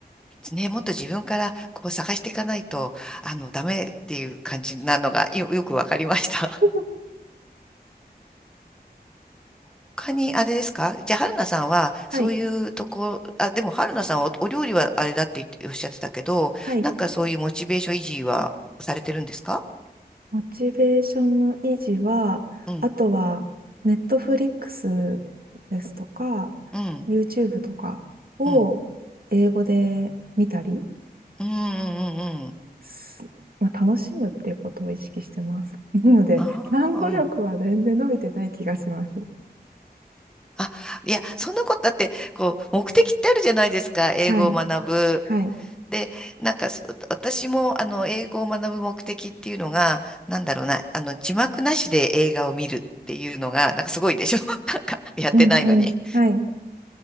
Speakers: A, in the centre; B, on the right (about 65°).
A: ね、もっと自分からこう探していかないと、あの、ダメっていう感じなのがよ、よくわかりました。
B: <laughs>
A: <laughs> 他にあれですかじゃあ、春菜さんは、そういうとこ、
B: はい。
A: あ、でも春菜さんはお、お料理はあれだって言っておっしゃってたけど、
B: はい。
A: なんかそういうモチベーション維持はされてるんですか
B: モチベーションの維持は、
A: うん、
B: あとは、ネットフリックスですとか、
A: うん、
B: YouTube とかを英語で見たり、
A: うん、うん、うん、うん。うん
B: すまあ、楽しむっていうことを意識してます。<laughs> なので、
A: あ
B: 単語力は全然伸びてない気がします。
A: あー、うん。あ、いや、そんなことだって、こう、目的ってあるじゃないですか、英語を学ぶ。
B: はい。はい。
A: で、なんか、そ私も、あの、英語を学ぶ目的っていうのが、なんだろうな、あの、字幕なしで映画を見るっていうのが、なんかすごいでしょ <laughs> なんか、やってないのに。
B: うんうん。はい。